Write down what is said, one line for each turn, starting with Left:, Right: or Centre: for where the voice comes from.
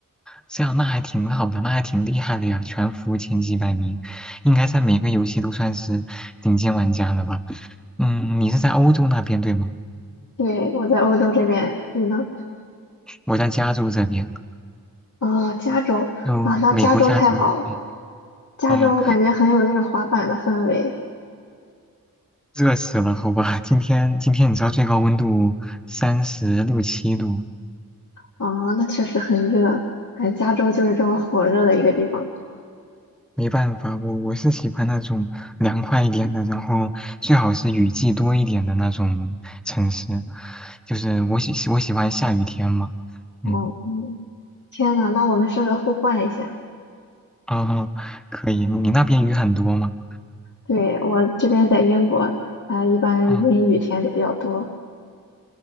Centre: 这样那还挺好的，那还挺厉害的呀，全服前几百名，应该在每个游戏都算是顶尖玩家了吧。嗯，你是在欧洲那边对吗？
Left: 对，我在欧洲这边，你呢？
Centre: 我在加州这边，
Left: 哦，加州啊，
Centre: 就美国加州。
Left: 那加州太好了，
Centre: 嗯
Left: 加州感觉很有那种滑板的氛围
Centre: 啊，热死了，好吧，今天今天你知道最高温度三十六七度，
Left: 啊，那确实很热，感觉加州就是这么火热的一个地方。
Centre: 没办法，我我是喜欢那种凉快一点的，然后最好是雨季多一点的那种城市，就是我喜我喜欢下雨天嘛。
Left: 哦，
Centre: 嗯
Left: 天呐，那我们适合互换一下。
Centre: 啊，可以，你你那边雨很多吗？
Left: 对，我这边在英国，啊、一般阴雨天就比较多，
Centre: 啊